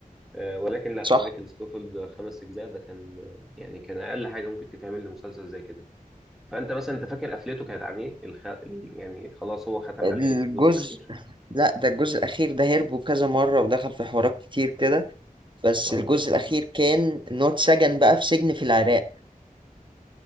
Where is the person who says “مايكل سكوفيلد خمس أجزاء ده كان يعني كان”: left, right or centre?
Centre